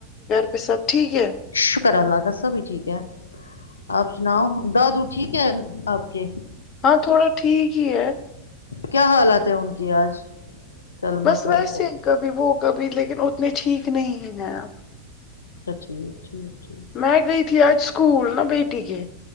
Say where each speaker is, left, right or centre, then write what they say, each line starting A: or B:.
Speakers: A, on the left (about 35°); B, on the left (about 70°).
A: پ سب ٹھیک ہے
B: شکر الاگا سبھی ٹھیک ہے آپ سناؤ دادو ٹھیک ہے آپ کے
A: ہاں تھوڑا ٹھیک جی ہے
B: کیا حالت ہے ان کی آج کل
A: بس
B: مطلب
A: ویسے
B: وہ
A: ہی کبھی وہ کبھی لیکن اتنے ٹھیک کتنے ہے گ آپ
B: یک
A: میں گئی تھی آج اسکول نا بیٹی کے